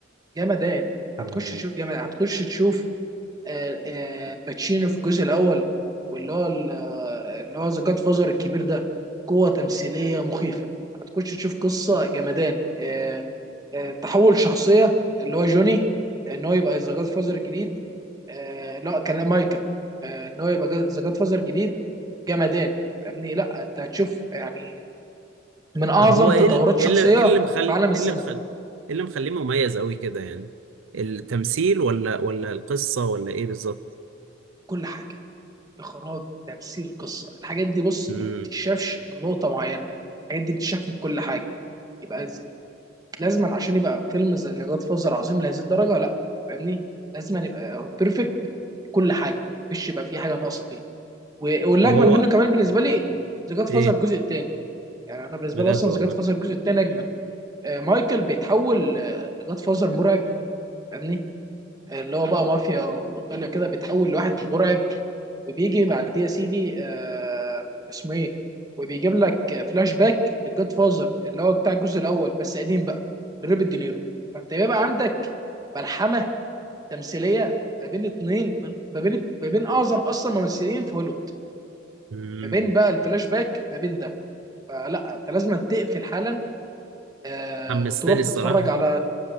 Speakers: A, on the right; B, on the right.
A: جمدان هتخش
B: مم.
A: تشوف جمدان هتخش تشوف آه، آه، الباتشينو في الجزء الاول واللي هو ال- آه، اللي هو ذا جاد فازر الكبير ده قوه تمثيليه مخيفه هتخش تشوف قصه جمدان آه، آه، تحول شخصيه اللي هو جوني آه، ان هو يبقى ذا جاد فازر الجديد آه، لا كان مايكل آه، ان هو يبقى ذا جاد فازر الجديد جمدان فاهمني لا انت هتشوف يعني من اعظم
B: طب هو ايه
A: تطورات
B: ال-
A: شخصيه
B: إيه اللي إيه اللي مخلي
A: في عالم السينما
B: إيه اللي مخلي إيه اللي مخليه مميز قوي كده يعني التمثيل ولا ولا القصه ولا ايه بالظبط
A: كل حاجه اخراج تمثيل قصه الحاجات دي بص
B: مم.
A: ما بتتشافش من نقطه معينه الحاجات دي بتتشاف من كل حاجه يبقى ز- لازما عشان يبقى فيلم زي جاد فازر عظيم لهذه الدرجه لا فاهمني لازما يبقى بيرفكت من كل حاجه مفيش يبقى فيه حاجه ناقصه فيه و- والاجمد
B: طب هو
A: منه كمان بالنسبه لي ذا جاد فازر
B: ايه
A: الجزء الثاني يعني انا بالنسبه
B: بجد
A: لي اصلا
B: والله
A: ذا جاد فازر الجزء الثاني اجمد آه، مايكل بيتحول آه، لجاد فازر مرعب فاهمني اللي هو بقى مافيا وايطاليا كده بيتحول لواحد مرعب وبيجي بعديه يا سيدي آه اسمه ايه وبيجيب لك فلاش باك للجاد فازر اللي هو بتاع الجزء الاول بس قديم بقى لروبرت دينيرو فانت بيبقى عندك ملحمه تمثيليه ما بين اتنين من ما بين ما بين اعظم اصلا ممثلين في هوليوود
B: مم.
A: ما بين بقى الفلاش باك ما بين ده فلا انت لازم تقفل حالا آه
B: حمستني
A: وتروح
B: الصراحة
A: تتفرج على
B: <laughs>